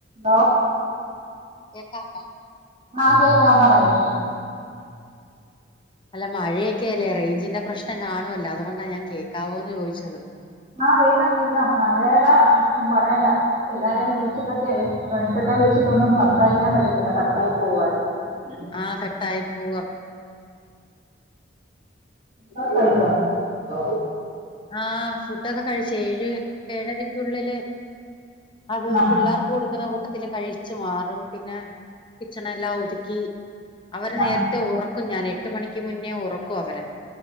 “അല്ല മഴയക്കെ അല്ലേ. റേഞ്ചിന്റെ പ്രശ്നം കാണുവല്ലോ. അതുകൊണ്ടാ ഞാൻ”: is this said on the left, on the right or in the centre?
Left